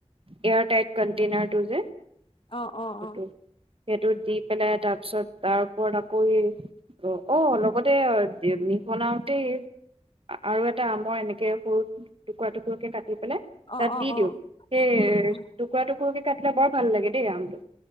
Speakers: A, on the right; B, on the left.
A: এয়াৰটাইট কনটেইনাৰটো যে,
B: অ' অ'
A: সেইটো
B: অ'
A: সেইটো দি পেলাই, তাৰ পিছত তাৰ ওপৰত আকৌ অ' লগতে মিহলাওঁ তেই আৰু এটা আমৰ এনেকে সৰু টুকুৰা টুকুৰকে কাটি দি পেলাই
B: অ
A: তাত
B: অ
A: দি
B: অ
A: দিওঁ, সেই
B: উম উম
A: টুকুৰা টুকুৰাকে কাটি তিয়া বৰ ভাল লাগে দেই আমটো।